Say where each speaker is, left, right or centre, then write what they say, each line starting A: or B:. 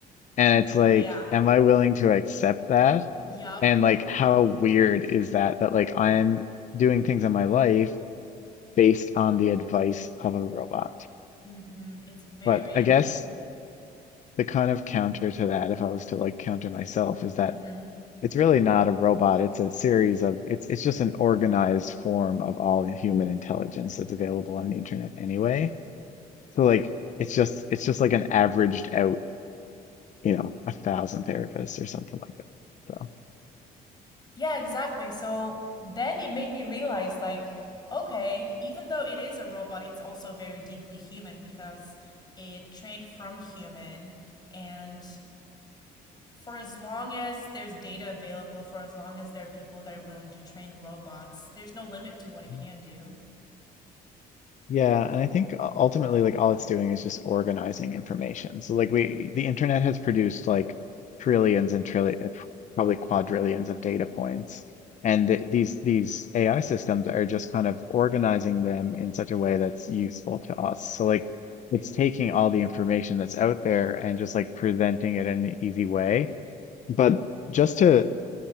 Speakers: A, on the left; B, on the left.
A: And it's like,
B: Yeah.
A: am I willing to accept that?
B: Yup.
A: And like, how weird is that that like I'm doing things in my life based on the advice of a robot?
B: hmm It's very
A: But
B: interesting.
A: I guess the kind of counter to that, if I was to like counter myself, is that
B: hmm
A: it's really not a robot. It's a series of it's it's just an organized form of all human intelligence that's available on the internet anyway. So like it's just it's just like an averaged out you know, a thousand therapists or something like that. So
B: Yeah, exactly. So then it made me realize, like, okay, even though it is a robot, it's also very deeply human because it trained from human and for as long as there's data available, for as long as there are people that are willing to train robots, there's no limit to what it can
A: Mhm.
B: do.
A: Yeah, and I think u- ultimately, like all it's doing is just organizing information. So like we, the internet has produced like trillions and trillions, probably quadrillions of data points, and th these these AI systems are just kind of organizing them in such a way that's useful to us. So like it's taking all the information that's out there and just like presenting it in an easy way. But just to